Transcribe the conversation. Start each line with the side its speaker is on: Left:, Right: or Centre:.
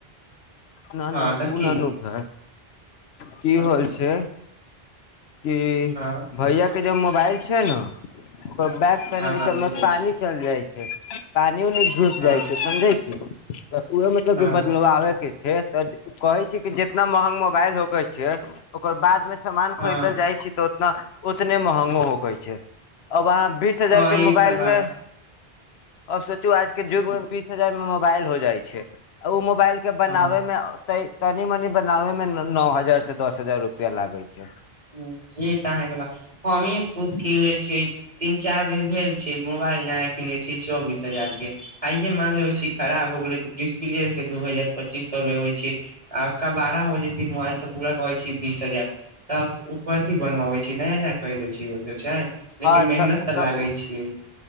Left: न
Right: हँ
Left: न
Right: तऽ
Left: ओ
Right: की
Left: ननू घर। की
Right: हँ
Left: होल छै। क
Right: हँ
Left: भैया। के ज मोबाइल छै ने। को बैक पहिनल
Right: हँ हँ
Left: छै ओमे
Right: बोलै
Left: पानि
Right: छी
Left: चलि जाइ छै पानियो नहि घुस जाइ
Right: हँ
Left: छै समझै छी। <inaudible> उएह मतलब
Right: हँ
Left: क बदलावे के। हे त कहे छी कि जितना महंगा। वायल होकर छै ओकर बाद मे। सामान
Right: हँ
Left: खरीदल जाइ छी तऽ। ना उतने महंगो होकै छै अब अहाँ। बीस हजार
Right: हँ
Left: के
Right: ई
Left: मोबाइलमे।
Right: तऽ बात
Left: आब सोचू आज के युग मे बीस हजार मे मोबाइल हो जाइ छै ओ म। मोबाइल के बनाबे
Right: हँ
Left: मेतै। तनी मनी बनाबे मे। नओ हजार से दस हजार रुपआ लागै छै।
Right: ह ई तऽ अहाँके बात हमही खुद कीन लै छियै तीन चारि दिन भेल छै मोबाइल नया क किीन लै छियै चौबीस हजारके आइे मानि लेै छी खराब हो गेलै तऽ डिस्प्ले दू हजार पच्चीस सए लबैत छै आ काारा हो जेतै मोबाइल तऽ पूरा कहैत छै बीस हजार तब। ओ कथिी बनवाबै छै नया न कहि दै छै ओस छै।
Left: हँ
Right: लेकिन मेहनत
Left: तऽ तऽ
Right: लागै छियै